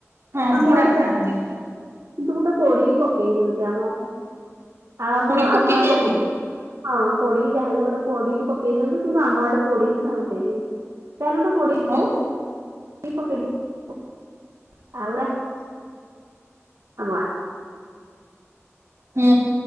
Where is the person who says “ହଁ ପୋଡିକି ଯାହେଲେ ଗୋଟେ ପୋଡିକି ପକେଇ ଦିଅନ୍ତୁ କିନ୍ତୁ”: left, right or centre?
Right